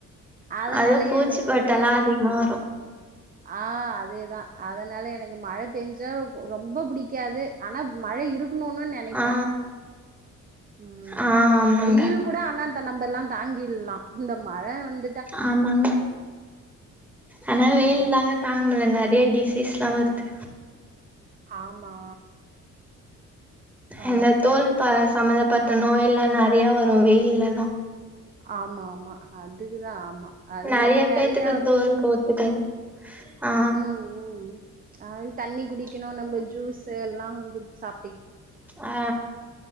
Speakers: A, on the right; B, in the centre.
A: அதனால
B: அதுவு பூச்சி
A: எனக்கு
B: பட்டெல்லா
A: வந்து
B: அதிகமா வரு
A: ஆ அதேதா அதனால எனக்கு மழை பெஞ்சா ரொம்ப புடிக்கு புடிக்காது ஆனா மழை இருக்கணுனு நெனைப்பே
B: ஆ
A: ம்
B: ஆ ஆமாங்க
A: வெயில் கூட ஆனா அந்த நம்ப எல்லாந் தாங்கில்லா இந்த மழை வந்து
B: ஆமாங்க ஆனா வெயில்தாங்க
A: ம்
B: தாங்கமுடில ஏ டிசிஸ்ல்லா வருது
A: ஆமா ஆ
B: இந்த தோல் ப சம்பந்தப்பட்ட நோயெல்லா நெறயா வரு வெயில்லதா
A: ஆமாமா அதுக்குதா ஆமா அது
B: நெறைய
A: நம்ம
B: பேத்துக்கு
A: நெறயா
B: தோலுக்கு ஒத்துக்காது ஆ
A: ம் ம் அதுக்கு தண்ணி குடிக்கணு நம்ம ஜூஸ் எல்லாகு சாப்
B: ஆ